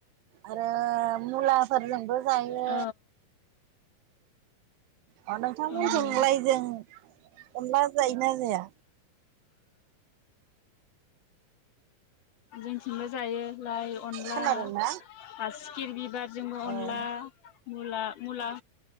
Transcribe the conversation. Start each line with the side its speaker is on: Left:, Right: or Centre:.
Right: आरो मुला फोरजोंबो जायो।
Left: औ
Right: अ नोंथां
Left: उम
Right: मोनथिं लायजों अनला जायोना जाया?
Left: जोंथिंबो जायो। लाइ अनला
Right: खोनादोंना?
Left: बासिखिर बि बिबार जोंबो अनला।
Right: औ
Left: मुला मुला